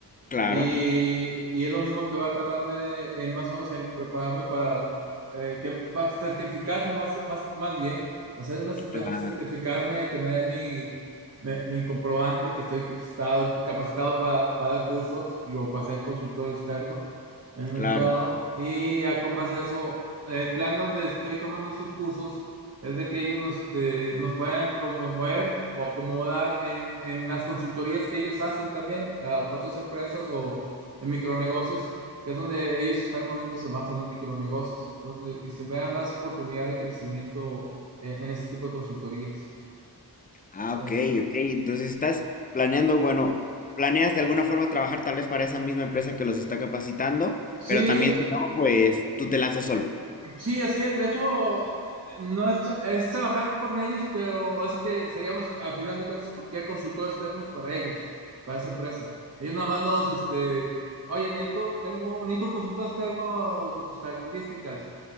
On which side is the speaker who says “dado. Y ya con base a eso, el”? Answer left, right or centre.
Right